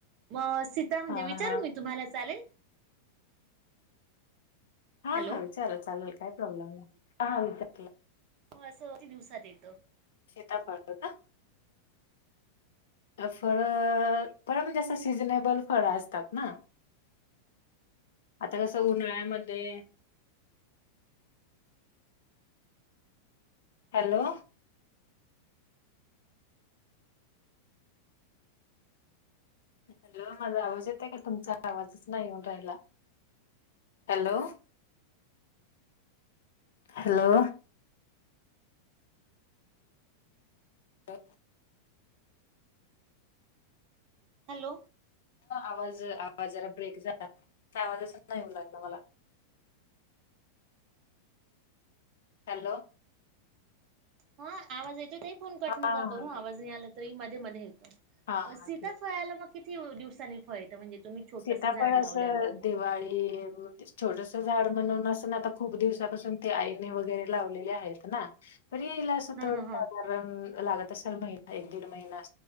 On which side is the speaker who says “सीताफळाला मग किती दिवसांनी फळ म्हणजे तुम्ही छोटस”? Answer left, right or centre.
Right